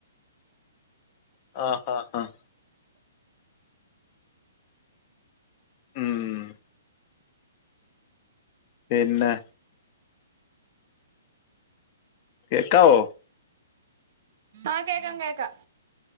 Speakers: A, on the left; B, on the right.
A: ആഹ് ആഹ് ഹാഹ് ഉം പിന്നെ കേക്കാവോ?
B: ആഹ് കേക്കാം കേക്കാം